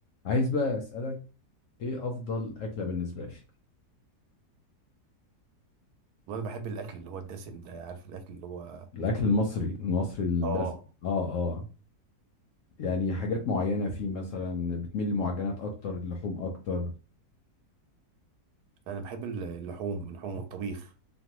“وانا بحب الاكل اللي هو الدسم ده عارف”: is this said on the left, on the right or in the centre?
Right